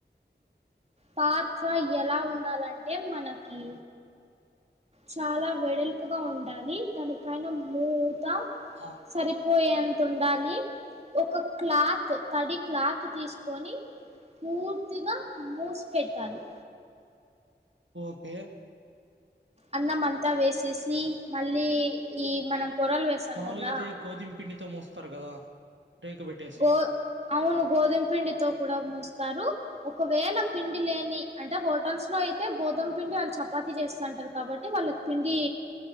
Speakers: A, on the right; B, on the right.
A: పాత్ర ఎలా ఉండాలంటే మనకి చాలా వెడల్పుగా ఉండాలి దాని పైన మూత
B: ఆ,
A: సరి పోయేంత ఉండాలి ఒక క్లాత్ తడి క్లాత్ తీసుకొని పూర్తిగా మూసిపెట్టాలి
B: ఓకే
A: అన్నం అంతా వేసేసి మళ్ళీ ఈ మనం పొరలు వేసాం
B: మాలు
A: కదా
B: ఏదై గోధిం పిండితో మూస్తారు కదా రేకు పెట్టేసి
A: గో అవును గోధుమ పిండితో కూడా ముస్ స్తారు ఒకవేళ పిండి లేని అంటే హోటల్స్లో అయితే గోధుమ పిండి వాళ్ చపాతి చేస్త టర్ కాబట్టి వాళ్ళక్ పిండి